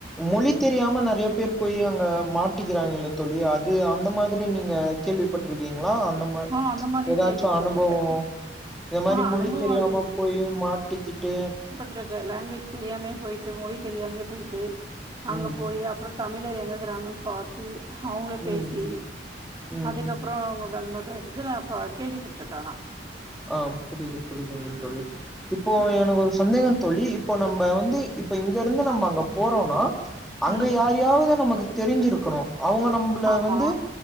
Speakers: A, in the centre; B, on the right.
A: மொழி தெரியாம நெறையா பேரு போயி அங்க மாட்டிக்கிறாங்கல்ல தோழி அது அந்த மாதிரி நீங்க கேள்விப்பட்ருக்கீங்களா அந்த ம
B: ஆ அந்த மாரியும்
A: எதாச்சூ
B: கேள்விப்பட்டுருக்கேன்.
A: அனுபவோ இந்த மாரி
B: ஆ
A: மொழி
B: அனுபவம்
A: தெரியாம போயி மாட்டிக்கிட்டு
B: ட்றக்க லாங்குவேஜ் தெரியாமையே போயிட்டு மொழி தெரியாமையே போயிட்டு அங்க
A: ம்
B: போயி அப்புறோ தமிழர் எங்கக்கிறாங்கன்னு பார்த்து அவ்ங்கள பேசி
A: ம் ம்
B: அதுக்கப்புறோ அவ்ங்க வந்தப் பேசத்தா நான் இப்போ கேள்விப்பட்டிருக்கே ஆனா
A: ஆ புரியுது புரியுதுங்க
B: ம்.
A: தோழி இப்போ
B: ம்.
A: எனக்கு ஒரு சந்தேகம் தோழி இப்ப நம்ம வந்து இப்ப இங்க இருந்து நம்ம அங்க போறோன்னா அங்க
B: ம்.
A: யாரு யாரையாவது நமக்கு தெரிஞ்சிருக்கணு அவ்ங்க நம்மள
B: ஆமா.
A: வந்து